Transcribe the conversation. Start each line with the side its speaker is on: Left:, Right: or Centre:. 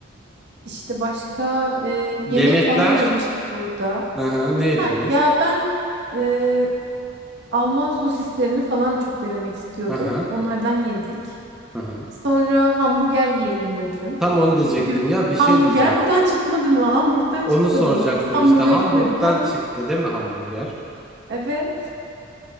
Right: İşte başka e,
Centre: Yemekler.
Right: yemek falan yemiştik orada.
Centre: Hı hı,
Right: Bir
Centre: ne yediniz?
Right: tane ya ben e, Alman sosislerini falan çok denemek istiyordum.
Centre: Hı hı,
Right: Onlardan yedik.
Centre: hı hı.
Right: Sonra hamburger yiyelim dedim.
Centre: Tam onu diyecektim
Right: Bugün
Centre: ya bir
Right: Hamburger
Centre: şey diyeceğim.
Right: buradan çıkmadı mı? Hamburg'dan
Centre: Onu
Right: çıkmadı
Centre: soracaktım
Right: mı? Biz Hamburg'a
Centre: işte Hamburg'dan
Right: gitmedik ama.
Centre: çıktı değil mi hamburger?
Right: Evet.